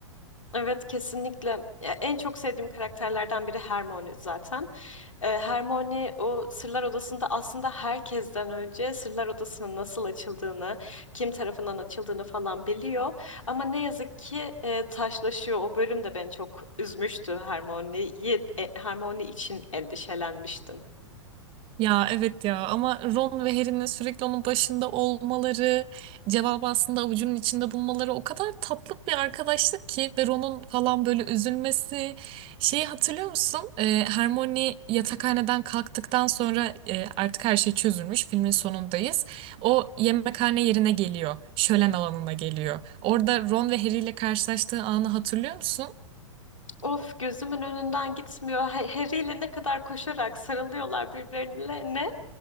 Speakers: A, on the left; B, on the right.
A: Evet kesinlikle. Ya, en çok sevdiğim karakterlerden biri Hermione zaten. Ee, Hermione o Sırlar Odası'nda aslında herkesten önce Sırlar Odası'nın nasıl açıldığını, kim tarafından açıldığını falan biliyor. Ama ne yazık ki e, taşlaşıyor. O bölüm de beni çok üzmüştü Hermione'yi. E, Hermione için endişelenmiştim.
B: Ya evet ya ama Ron ve Harry'nin sürekli onun başında olmaları, cevabı aslında avucunun içinde bulmaları o kadar tatlı bir arkadaşlık ki ve Ron'un falan böyle üzülmesi. Şeyi hatırlıyor musun? Ee, Hermione yatakhaneden kalktıktan sonra e, artık her şey çözülmüş. Filmin sonundayız. O yemekhane yerine geliyor. Şölen alanına geliyor. Orada Ron ve Harry ile karşılaştığı anı hatırlıyor musun?
A: Of gözümün önünden gitmiyor. Ha- Harry ile ne kadar koşarak sarılıyorlar birbirlerine.